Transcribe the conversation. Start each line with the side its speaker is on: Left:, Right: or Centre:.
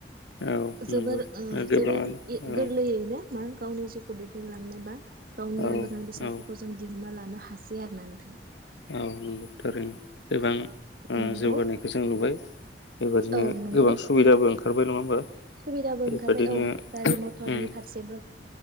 Left: औ
Right: जोबोर
Left: नंगौ
Right: औ
Left: गोबाङानो
Right: जोबोर इ
Left: औ
Right: गोरलैयैनो मा गावनि जिउखौ दैदेनलांनोबा गावनि
Left: औ
Right: नांगो जानाय बेसादफोरखौ
Left: औ
Right: जों दिहुनना ला नो हासै आरोना नोंथां
Left: औ नोंगो थारैनो गोबां ओ
Right: नंगौ
Left: जौगानायखौ जों नुबाय बेबादिनो
Right: औ नंगौ
Left: गोबां सुबिदाबो ओं खारबाय नङा होमबा
Right: सुबिदाबो
Left: बेबादिनो
Right: ओंखारबाय औ गारि मथरनि
Left: उम
Right: फारसेबो